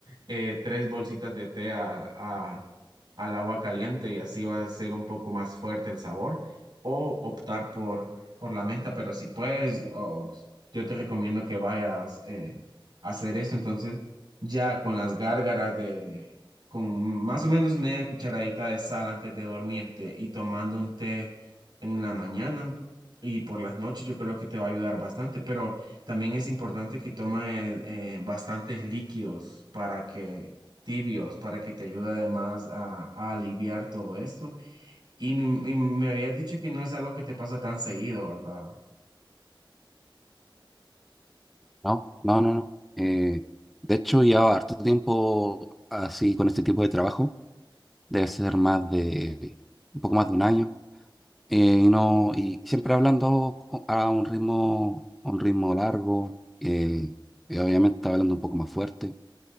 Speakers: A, on the right; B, in the centre.
A: eh, tres bolsitas de té a- a- al agua caliente y así va a ser un poco más fuerte el sabor, o optar por, por la menta, pero si puedes... o yo te recomiendo que vayas eh, hacer esto. Entonces, ya con las gárgaras de, con más o menos media cucharadita de sal antes de dormirte y tomando un té en la mañana y por las noches, yo creo que te va a ayudar bastante. Pero también es importante que tomes eh, bastantes líquidos para que tibios para que te ayude además a, a aliviar todo esto. Y me, me me habías dicho que no es algo que te pasa tan seguido, ¿verdad?
B: No, no, no, no. Eh, de hecho, lleva harto tiempo así con este tipo de trabajo. Debe ser más de un poco más de un año eh, y no, y siempre hablando co- a un ritmo, a un ritmo largo, eh, y obviamente estaba hablando un poco más fuerte,